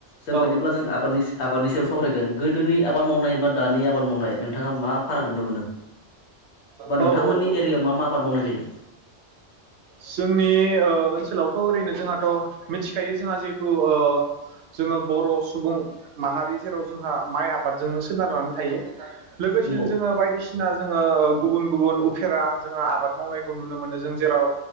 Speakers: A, on the left; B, on the right.
A: जों
B: औ
A: बिदिब्ला जों आबादनि आबादनि सायाव सावरायगोन गोदोनि आबाद मावनाय बा दानि आबाद मावनाय नोंथाङा मा फाराग नुनो मोनो एबा
B: औ
A: नोंथांमोननि
B: औ औ
A: एरियायाव
B: औ
A: मा मा आबाद मावनाय जायो?
B: जोंनि ओ ओनसोलावथ' ओरैनो जोंहाथ' मिथिखायो जोंहा जिहेथु ओ जोङो बर' सुबुं माहारि जेराव जोंहा माइ आबादजोंनो सोनारनानै थायो लोगोसेनो
A: नंगौ
B: जोङो बायदिसिना बायदिसिना जोङो गुबुन गुबुन उफेरा जोंङो आबाद मावनायखौ नुनो मोनो जों जेराव